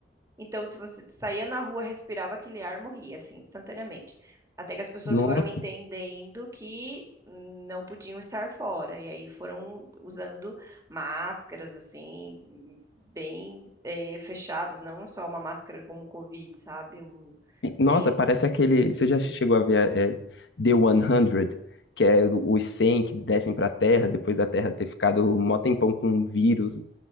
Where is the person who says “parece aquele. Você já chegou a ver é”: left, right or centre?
Left